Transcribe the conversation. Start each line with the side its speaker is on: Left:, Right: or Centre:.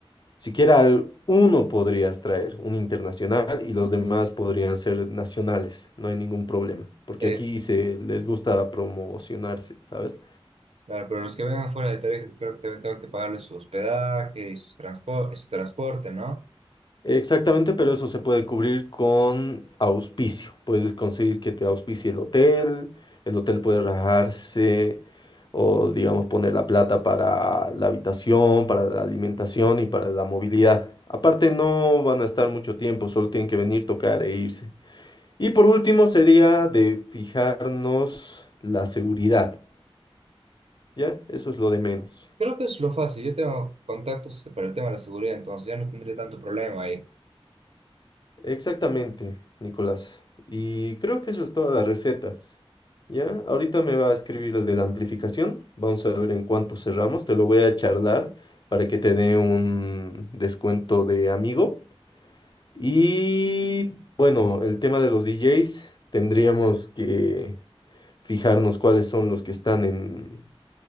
Left: Siquiera al- uno podrías traer, un internacional, y los demás podrían ser nacionales, no hay ningún problema, porque
Right: Eh,
Left: aquí se les gusta promocionarse, ¿sabes?
Right: claro, pero los que vengan fuera de Tarija, creo que también tengo que pagarles su hospedaje y sus transpo- y su transporte, ¿no?
Left: Exactamente, pero eso se puede cubrir con auspicio. Puedes conseguir que te auspicie el hotel, el hotel puede rajarse o, digamos, poner la plata para la habitación, para la alimentación y para la movilidad. Aparte, no van a estar mucho tiempo, solo tienen que venir, tocar e irse. Y por último, sería de fijarnos la seguridad, ¿ya? Eso es lo de menos.
Right: Creo que es lo fácil. Yo tengo contactos, este, para el tema de la seguridad, entonces ya no tendré tanto problema ahí.
Left: Exactamente, Nicolás. Y creo que eso es toda la receta. Ya, ahorita me va a escribir el de la amplificación. Vamos a ver en cuánto cerramos. Te lo voy a charlar para que te dé un descuento de amigo. Y bueno, el tema de los DJs, tendríamos que fijarnos cuáles son los que están en